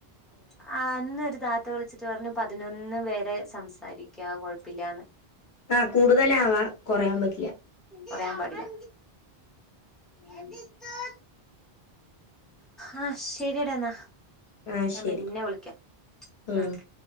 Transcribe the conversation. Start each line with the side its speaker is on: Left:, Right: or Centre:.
Centre: <inaudible> <unintelligible> താത്ത വിളിച്ചിട്ട് പറഞ്ഞ് പതിനൊന്ന് വരെ സംസാരിക്യാ കൊഴപ്പില്ലാന്ന്
Left: ആ കൂടുതലാവാ കൊറയാൻ പറ്റില്ല
Centre: പറയാൻ പാടില്ല <unintelligible> ആ ശരിടാ എന്നാ
Left: ആ
Centre: ഞാൻ
Left: ശരി
Centre: പിന്നെ വിളിക്കാം
Left: ഉം
Centre: ഹ്മ്മ്